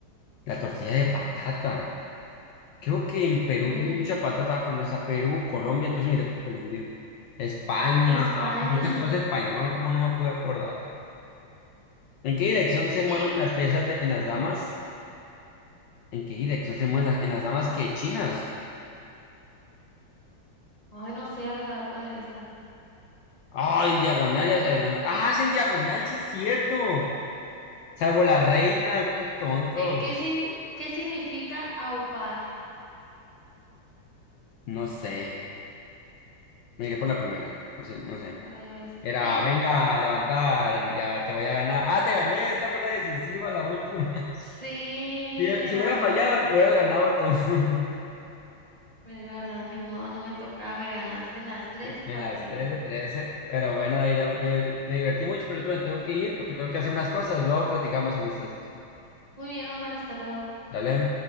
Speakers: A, on the left; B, on the left.
A: La tortilla de patata. Creo que en Perú
B: Ay,
A: comen mucha patata, pero no está Perú, Colombia, entonces mire por Colombia. España,
B: España.
A: ah, pues esta cosa es español, ¿cómo no me puedo acordar? ¿En qué dirección se mueven
B: En,
A: las piezas de- en las damas? ¿En qué dirección se mueven las, en las damas que chinas?
B: ay, no sé, a ver, la voy a poner esta.
A: Ah, en diagonal y hacia adelante. Ah, es en diagonal, sí es cierto. Salvo la reina, qué tontos.
B: ¿En qué, sin- qué significa aupar?
A: No sé. Me iré por la primera, por si, no sé.
B: Ay, yo esta.
A: Era,
B: <gasps>
A: venga, a levantar, ya te voy a ganar. Ah, te gané, esta fue la decisiva, la última.
B: Sí,
A: Si,
B: me
A: si hubiera
B: ganaste.
A: fallado, hubieras ganado tú. <laughs>
B: Es verdad, ni modo, no me tocaba, me ganaste en las tres
A: En
B: partidas.
A: las 3 de trece, Pero bueno, Daira, me, me divertí mucho, pero ahorita me tengo que ir porque tengo que hacer unas cosas. Luego platicamos si gustas.
B: Muy bien, Omar, hasta luego.
A: Dale.